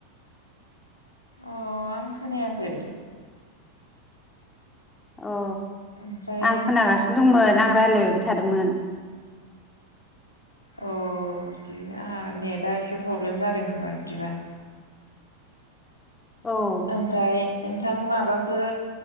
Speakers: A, on the left (about 85°); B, on the left (about 15°).
A: अ आं खोनायाखै।
B: अ
A: ओमफ्राय
B: आं खोनागासिनो दंमोन, आं रायलायबायबो थादोंमोन।
A: अ बिदि आंहा नेटआ एसे प्रब्लेम जादों खोमा बिदिबा।
B: औ।
A: ओमफ्राय नोंथां माबाफोर